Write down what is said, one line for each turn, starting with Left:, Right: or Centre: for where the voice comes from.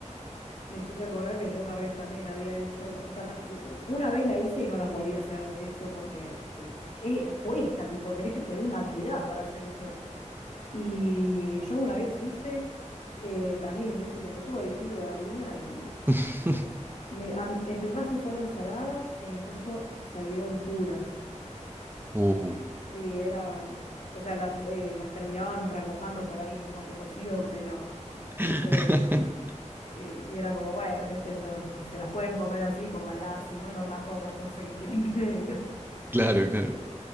Left: Me hiciste acordar que yo una vez también había hecho, o sea, pa- y- eh, una vez la hice y no las volví a hacer, de hecho, porque eh, eh, cuesta, tipo, tenés que tener una habilidad para hacer eso. Y yo una vez hice, eh, también hice como todo el kilo de harina y
Right: <laughs>
Left: me- a- en tu caso fueron saladas, en mi caso salieron duras.
Right: Uh.
Left: Sí, era, o sea, las, eh, las terminaban remojando por ahí en un mate cocido, pero...
Right: <laughs>
Left: eh, Eh, Y era como, bueno, qué sé yo, si se las pueden comer así, cómanlas, si no, no la coman, no sé qué quieren que le diga.
Right: Claro, claro.